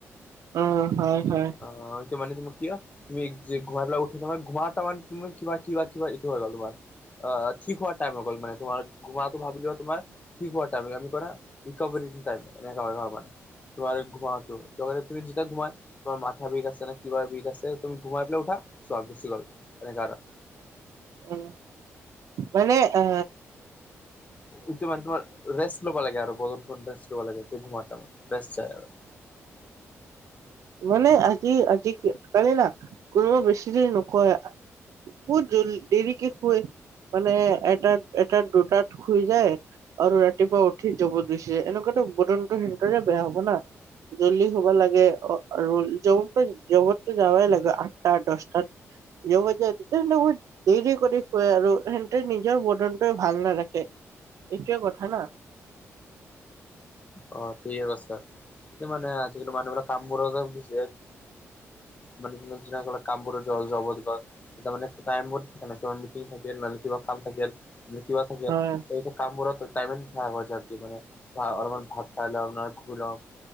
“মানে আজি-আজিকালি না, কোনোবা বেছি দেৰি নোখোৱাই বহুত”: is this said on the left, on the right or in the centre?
Right